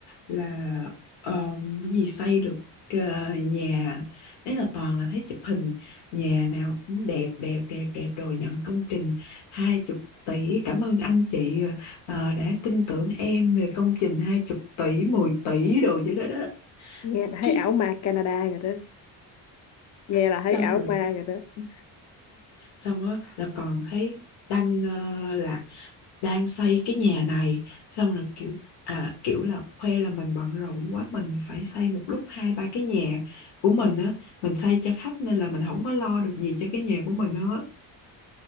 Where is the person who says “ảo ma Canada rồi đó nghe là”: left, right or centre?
Left